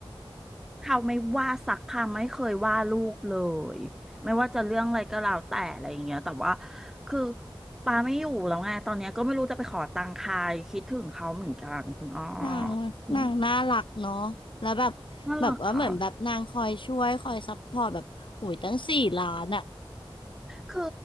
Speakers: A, in the centre; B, on the left.
A: เขาไม่ว่าสักคำไม่เคยว่าลูกเลยไม่ว่าจะเรื่องอะไรก็แล้วแต่อะไรอย่างเงี้ยแต่ว่าคือปาไม่อยู่แล้วไงตอนเนี้ยก็ไม่รู้จะไปขอตังค์ใครคิดถึงเขาเหมือนกันคุณอ้อ
B: นาง
A: อืม
B: นางน่ารักเนาะแล้วแบบ
A: น่ารักค่ะ
B: แบบว่าเหมือนแบบนางคอยช่วยคอยซัพพอร์ตแบบโอ้ยตั้งสี่ล้านอ่ะ
A: คือ